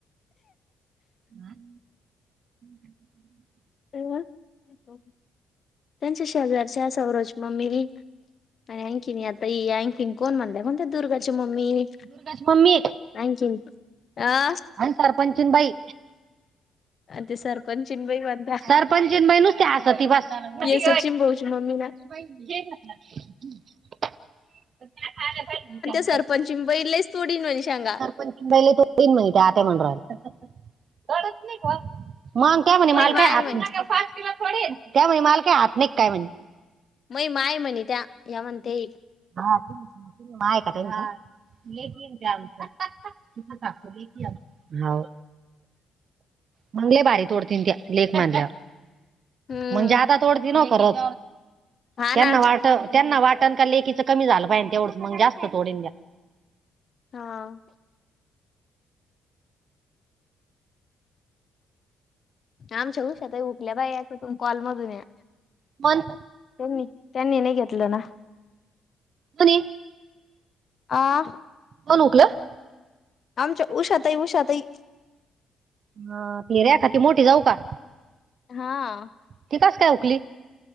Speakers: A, on the right; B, on the left.
A: आं. <inaudible>
B: <unintelligible> त्यांच्या शेजारची असाव रोज मम्मीरी पण एणखीनी आत्ता ही एणखीन कोण म्हटलं म्हणलं तर दुर्गाच्या मम्मीनी.
A: दुर्गाची मम्मी
B: एणखीन आं
A: अन सरपंचीन बाई
B: ते सरपंचीनबाई म्हणता
A: सरपंचीन बाई नुसती हस्ती बस. की
B: ये सचिन भाऊची मम्मी ना
A: बाई घे <unintelligible> तर खायला काय घेऊ सांग?
B: सरपंचिन बाई लईच तोंडीन माझी शेंगा.
A: सरपंचीन बाईले दोन तीन मुलगे आत्या म्हणून राहिले. कळत नाही का मंग त्या म्हणे
B: मई
A: माल
B: माय
A: काय आत
B: म्हण
A: नाही, त्या म्हणे माल काय आत नाही काय म्हणे.
B: मई माय म्हणे त्या या म्हणते.
A: हा हाय का. <unintelligible> टाक-टाक तिथं टाकून ये की <unintelligible> हाव मंग लय बारी तोडतीन त्या लेख मांडल्यावर.
B: हम्म
A: म्हणजे आत्ता तोडती न्हव का रोज
B: हा
A: त्यांना
B: ना
A: वाट त्यांना वाटण का लेकीच कमी झालं पाहिजेन तेवढच, मग जास्त तोडिल द्या.
B: हां. आमच्या उषातही उठल्या बाई, एकदाचा या कॉलमधून या.
A: मन.
B: त्यांनी त्यांनी नाही घेतलं ना.
A: कोणी
B: आ...
A: कोण उकलं
B: आमच्या उषा ताई उषा ताई
A: हा ती रेखाची मोठी जाऊ का?
B: हा..
A: ती कसं काय हुकली.